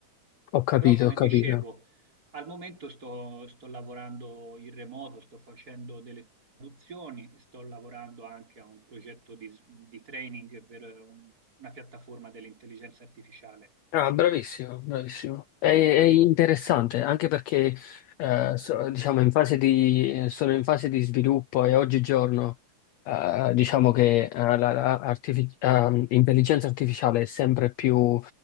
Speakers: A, on the left; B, on the right.
A: Ho capito,
B: Però, come
A: ho
B: dicevo,
A: capito.
B: al momento sto, sto lavorando in remoto, sto facendo delle traduzioni, sto lavorando anche a un progetto di, s- di training per eh, un- una piattaforma dell'intelligenza artificiale.
A: Ah, bravissimo, bravissimo. È, è interessante anche perché eh, so- diciamo in fase di, eh, sono in fase di sviluppo e oggigiorno eh, diciamo che eh, la, la artifi- ehm, intelligenza artificiale è sempre più